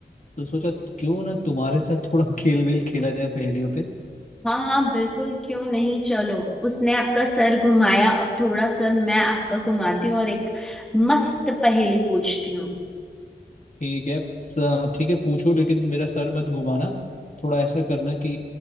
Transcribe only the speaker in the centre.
हाँ हाँ बिल्कुल क्यों नहीं चलो उसने आपका सर घुमाया अब थोड़ा सर मैं आपका घुमाती हूँ और एक मस्त पहेली पूछती हूँ